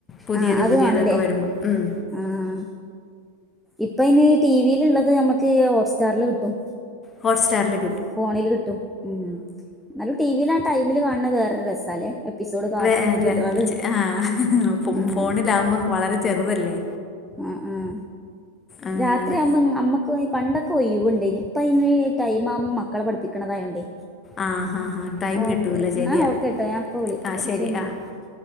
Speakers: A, on the left (about 25°); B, in the centre.
A: പുതിയത്
B: ആഹ് അത്
A: പുതിയതൊക്കെ
B: കാണൂല്ലേ
A: വരുമ്പം ഉം
B: ആഹ് ഇപ്പ ഇനി ടി വി ല്ള്ളത് ഞമ്മക്ക് ഹോട്ട് സ്റ്റാറില് കിട്ടും
A: ഹോട്ട് സ്റ്റാറില്
B: ഫോണില് കിട്ടും ഉം ഇന്നാലും ടി വിൽ ആ ടൈമില് കാണത് വേറൊരു രസാല്ലേ എപ്പിസോഡ് കാത്തു
A: വേ
B: നിന്ന്
A: റെ
B: കിട്ടണത്
A: ച് ആഹ് ഫോ
B: ആഹ്
A: ഫോണിലാവുമ്പം വളരെ ചെറുതല്ലേ
B: ആഹ് ആഹ്
A: അങ്ങനെ
B: രാത്രിയാവുമ്പം അമ്മക്ക് പണ്ടൊക്കെ ഒയ്‌വ്ണ്ടേന് ഇപ്പയ്ന് ഈ ടൈം ആവു മക്കളെ പഠിപ്പിക്കണതായോണ്ടേ
A: ആ ഹാ ഹാ ടൈം
B: ഓക്കേ
A: കിട്ടൂല ശരിയാണ്
B: ന്നാ ഓക്കെ ട്ടോ ഞാൻപ്പ വിളി
A: ആ
B: കൊർച്ചെയ്ഞ്ഞ്ട്ട്
A: ശരി ആ
B: വിളിക്ക